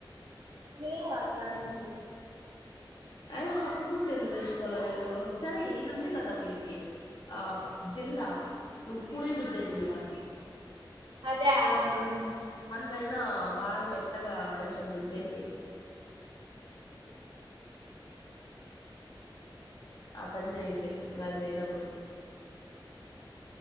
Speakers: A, on the right; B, on the left.
A: లేవు అట్లాంటివి
B: అయినా పప్పు గుత్తీలు తెచ్చుకలా మీరూ, సరే ఇది ఉంది కదా మీకి, ఆ జిల్లా నువ్ పూరీ దిద్దే జిల్లా.
A: అదా ఆ ఆ ఆ
B: తైనా బాగా మెత్తగా కొంచెం దుద్దేసెయ్ ఆ పని చేయ్ అయితే ఇంగ అది లేనప్పుడు